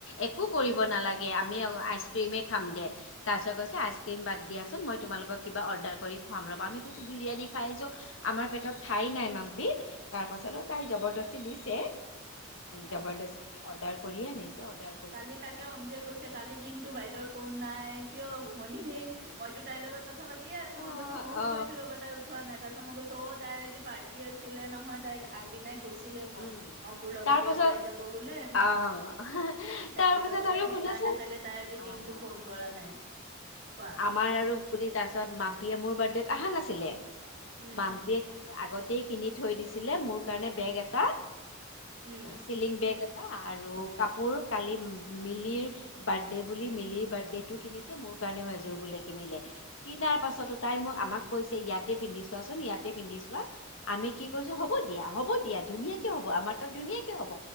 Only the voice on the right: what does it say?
অ
কালি তাকে অঞ্জুৱে কৈছে কালি দিনটো বাইদেউৰ ফোন নাই কিয় বুমনি মইতো তাইৰ লগত কথা পাতিয়ে আছো
মই কৈছো ময়ো
কৰিছো ৰ'বা তাই উঠোৱা নাই তাৰপাছত মই কৈছো অত তাইৰ আজি পাৰ্টি আছিলে নহয় তাইক আগদিনাই কৈছিলে মোক
অংকুৰ লগতে
ওলাই যাব বোলে
তাৰপিছতে
সেইকাৰণে
চাগে তাই আজি
দিনতটো ফোন কৰা নাই। কোৱা
উম,
উম,